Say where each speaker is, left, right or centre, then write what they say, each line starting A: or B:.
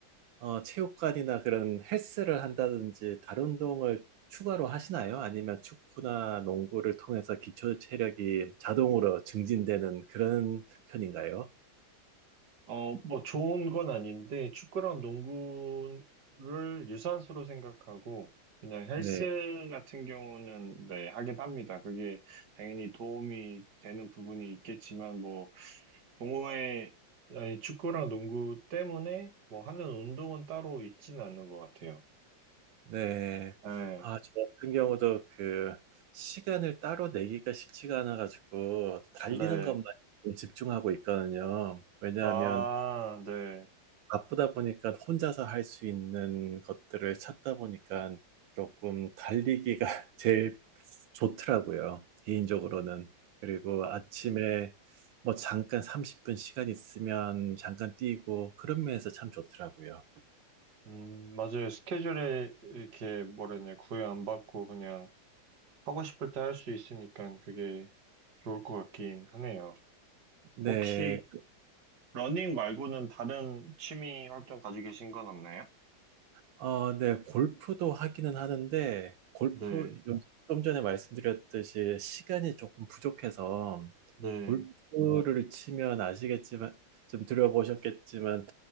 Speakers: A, on the right; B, on the right.
A: 어, 체육관이나 그런 헬스를 한다든지 다른 운동을 추가로 하시나요? 아니면 축구나 농구를 통해서 기초 체력이 자동으로 증진되는 그런 편인가요?
B: 어, 뭐 좋은 건 아닌데 축구랑 농구를 유산소로 생각하고 그냥 헬스
A: 네.
B: 같은 경우는 네, 하긴 합니다. 그게 당연히 도움이 되는 부분이 있겠지만 뭐 동호회 아니, 축구랑 농구 때문에 뭐 하는 운동은 따로 있지는 않는 것 같아요.
A: 네.
B: 네,
A: 아, 저 같은 경우도 그 시간을 따로 내기가 쉽지가 않아가지고 달리는
B: 네.
A: 것만 좀 집중하고 있거든요. 왜냐하면
B: 아, 네.
A: 바쁘다 보니까 혼자서 할 수 있는 것들을 찾다 보니까 조금 달리기가 <laughs> 제일 좋더라고요. 개인적으로는. 그리고
B: 마-
A: 아침에 뭐 잠깐 30분 시간 있으면 잠깐 뛰고 그런 면에서 참 좋더라고요.
B: 음, 맞아요. 스케줄에 이렇게 뭐라냐, 구애 안 받고 그냥 하고 싶을 때 할 수 있으니까 그게 좋을 것 같긴 하네요.
A: 네.
B: 혹시 러닝 말고는 다른 취미 활동 가지고 계신 건 없나요?
A: 아, 네, 골프도 하기는 하는데, 골프,
B: 네,
A: 요- 좀 전에 말씀드렸듯이 시간이 조금 부족해서,
B: 네,
A: 골프를 치면 아시겠지만, 좀 들어보셨겠지만,